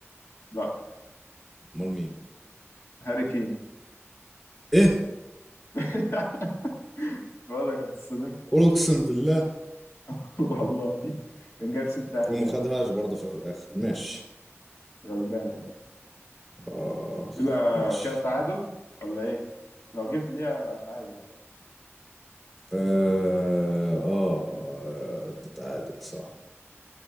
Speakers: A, on the left (about 70°); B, in the centre.
A: لا
B: مول مين
A: هاري كين
B: ايه
A: <laughs> بقول لك هتتصدم
B: قول اقسم بالله
A: <laughs> والله كان جايب ست أهداف
B: وما خدهاش برضه في الاخر ماشي
A: غلبان والله
B: اخ
A: كده
B: ماشي
A: كده تعادل ولا إيه؟ لو جبت دي تعادل
B: اه اه آه، تتعادل صح